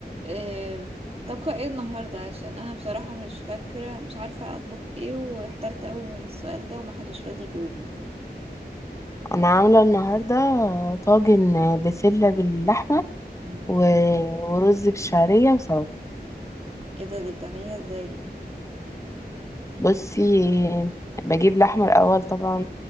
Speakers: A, on the right; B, on the left.
A: آم، طبخة ايه النهاردة عشان انا بصراحة مش فاكرة مش عارفة اطبخ ايه واحترت قوي من السؤال ده ومحدش راضي يجاوبني
B: انا عامله النهارده طاجن بسله باللحمه
A: مم.
B: و- ورز بالشعريه وسلطه
A: ايه ده دي بتعمليها ازاي دي
B: بصي بجيب لحمه الاول طبعا